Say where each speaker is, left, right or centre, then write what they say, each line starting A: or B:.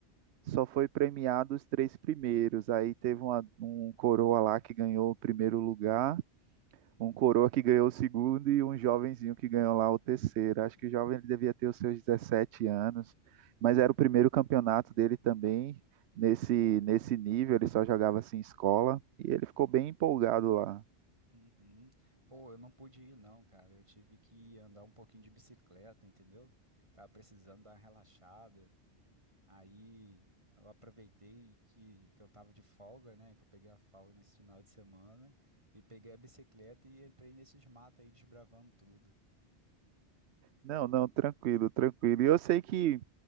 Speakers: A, on the right (about 75°); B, on the right (about 25°).
A: só foi premiado os três primeiros. Aí teve uma- um coroa lá que ganhou o primeiro lugar, um coroa que ganhou o segundo e um jovenzinho que ganhou lá o terceiro. Acho que o jovem ele devia ter os seus 17 anos, mas era o primeiro campeonato dele também. Nesse, nesse nível, ele só jogava assim em escola e ele ficou bem empolgado lá.
B: Uhum. Pô, eu não pude ir não, cara. Eu tive que andar um pouquinho de bicicleta, entendeu? Tava precisando dar uma relaxada. Aí eu aproveitei que, que eu tava de folga, né? Que eu peguei a folga nesse final de semana e peguei a bicicleta e entrei nesses matos aí desbravando tudo.
A: Não, não, tranquilo, tranquilo. E eu sei que